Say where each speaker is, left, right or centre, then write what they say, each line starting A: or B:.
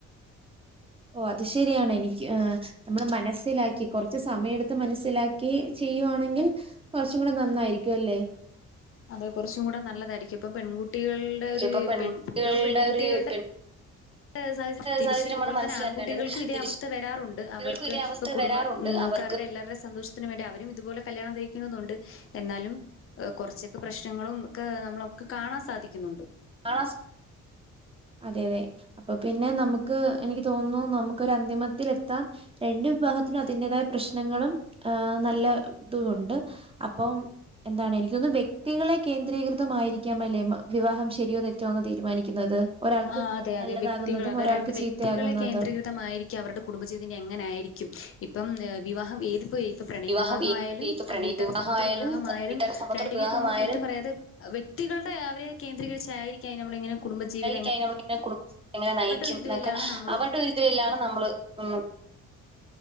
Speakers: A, on the right; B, on the left.
A: ഓഹ് അത് ശരിയാണ് എനിക്ക് നമ്മള് മനസ്സിലാക്കി കുറച്ച് സമയം എടുത്ത് മനസ്സിലാക്കി ചെയ്യുവാണെങ്കിൽ കുറച്ചും കൂടെ നന്നായിരിക്കും അല്ലേ?
B: അതെ കുറച്ചും കൂടെ നല്ലതായിരിക്കും. ഇപ്പം പെൺകുട്ടികളുടെ ഒര്
A: ഇപ്പൊ പെൺകുട്ടികളുടെ
B: പെൺ ഭൂരിഭാഗം പെൺകുട്ടികൾടെ
A: ഒരു പെൺ
B: ടെ സാഹചര്യം തിരിച്ചു
A: സാഹചര്യമാണ്
B: ഇതുപോലെ
A: മനസ്സിലാക്കേണ്ടത്
B: തന്നെ ആൺകുട്ടികൾക്കു ഇതേ
A: തിരിച്ച്
B: അവസ്ഥ വരാറുണ്ട്
A: കുട്ടികൾക്കും
B: അവർക്ക്
A: ഇതേ അവസ്ഥ
B: ഇപ്പ കുടുംബ
A: വരാറുണ്ട് അവർക്ക്
B: ക്കാരുടെ എല്ലാരുടെ സന്തോഷ ത്തിനും വേണ്ടി അവരും ഇതുപോലെ കല്യാണം കഴിക്കുന്നുന്നതുണ്ട് എന്നാലും കൊറച്ചൊക്കെ പ്രശ്നങ്ങളും ഒക്കെ നമ്മളൊക്കെ കാണാൻ സാധിക്കുന്നുണ്ട്
A: കാണാൻ സാ അതെ അതെ. അപ്പൊ പിന്നെ നമുക്ക് എനിക്ക് തോന്നുന്നു നമുക്കൊര് അന്തിമത്തിലെത്താൻ രണ്ട് വിഭാഗത്തിനും അതിൻ്റെതായ പ്രശ്നങ്ങളും ഏഹ് നല്ല ഇതുമുണ്ട് അപ്പം എന്താണ് എനിക്ക്യോന്ന്ന്ന് വ്യക്തികളെ കേന്ദ്രീകൃതമായിരിക്കാമല്ലേ വിവാഹം ശരിയോ തെറ്റോന്ന് തീരുമാനിക്കുന്നത് ഒരാൾക്ക്
B: ആഹ് അതെ അതെ
A: നല്ലതാകുന്നതും
B: വ്യക്തികളെ അതത്
A: ഒരാൾക്ക്
B: രണ്ട് വ്യക്തികളെ
A: ചീത്തയാകുന്നതും.
B: കേന്ദ്രീ മായിരിക്കാം അവരുടെ കുടുംബജീവിതം ഇനി എങ്ങനെ ആയിരിക്കും ഇപ്പം വിവാഹം ഏതിപ്പോ ഇപ്പൊ പ്രണയ
A: വിവാഹം
B: വിവാഹമായാലും
A: ഈ ഇപ്പൊ പ്രണയ
B: വീട്ടുകാർടെ
A: വിവാഹമായാലും
B: സമ്മതത്തോടെ വിവാഹമായാലും
A: വീട്ടുകാരുടെ സമ്മതത്തോടെ
B: രണ്ടിനിം
A: വിവാഹമായാലും
B: ഇപ്പം നമ്മള് കുറ്റം പറയാതെ വ്യക്തികൾടെ അവരെ കേന്ദ്രീകരിച്ചായിരിക്കാ ഇനി നമ്മളെ ഇങ്ങനെ കുടുംബജീവി
A: ക്കാം <unintelligible> കുടുംബജീവിതം എങ്ങനെ നയിക്കും
B: ഒരിതിലാണ്
A: ന്നൊക്കെ
B: നമ്മള്
A: അവരുടെ ഒരിത് ആണ് നമ്മള്. <unintelligible>